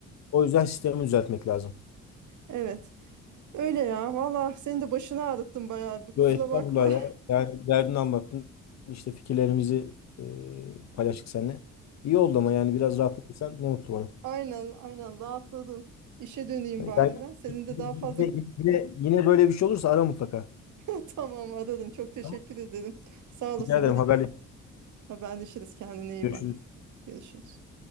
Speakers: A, on the left (about 60°); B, on the right (about 75°).
A: o yüzden sistemi düzeltmek lazım.
B: Evet öyle ya valla senin de başını ağrıttım bayağı bir kusura
A: Yo estağfurullah
B: bakma.
A: ya. Yani derdini anlattın. İşte fikirlerimizi e, paylaştık seninle. İyi oldu
B: <laughs> Teş-
A: ama yani biraz rahatladıysan ne mutlu bana.
B: Aynen aynen rahatladım işe döneyim bari
A: Yani
B: ben senin de daha fazla
A: yine, yine, yine böyle bir şey olursa ara mutlaka.
B: <laughs> tamam aradım çok teşekkür
A: Tamam.
B: ederim sağ olasın
A: Rica ederim
B: hadi
A: haberleşiriz.
B: haberleşiriz kendine iyi
A: Görüşürüz.
B: bak görüşürüz.